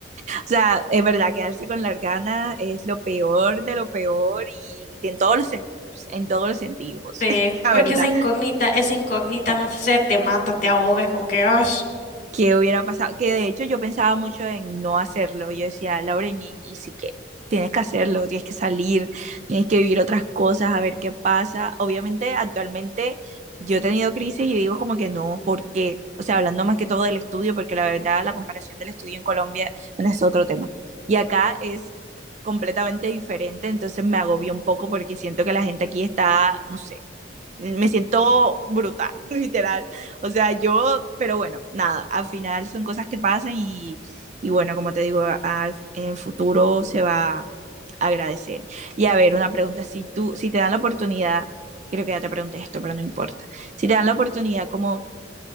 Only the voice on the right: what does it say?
O sea, es verdad, quedarse con las ganas es lo peor de lo peor y en todos los sentidos, en todos los sentidos,
<laughs> la
verdad.
¿Qué hubiera pasado? Que de hecho yo pensaba mucho en no hacerlo. Yo decía, Lauren, y, y sí que tienes que hacerlo, tienes que salir, tienes que vivir otras cosas, a ver qué pasa. Obviamente, actualmente yo he tenido crisis y digo como que no, ¿por qué? O sea, hablando más que todo del estudio, porque la verdad la comparación del estudio en Colombia, bueno, es otro tema. Y acá es completamente diferente, entonces me agobió un poco porque siento que la gente aquí está, no sé me siento brutal <laughs> literal. O sea, yo, pero bueno, nada, al final son cosas que pasan y, y bueno, como te digo, a- a- en el futuro se va a agradecer. Y a ver, una pregunta, si tú, si te dan la oportunidad, creo que ya te pregunté esto, pero no importa, si te dan la oportunidad como